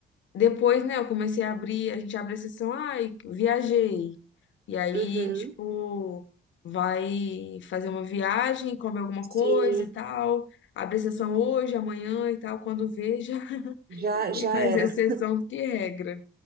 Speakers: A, on the left; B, on the right.
A: depois, né, eu comecei a abrir, a gente abre a sessão, ai, viajei. E aí,
B: Uhum.
A: tipo, vai fazer uma viagem, come alguma coisa
B: Sim,
A: e tal. Abre a sessão hoje, amanhã e tal, quando veja, <laughs>
B: já,
A: tem
B: já
A: mais
B: era.
A: exceção do que regra.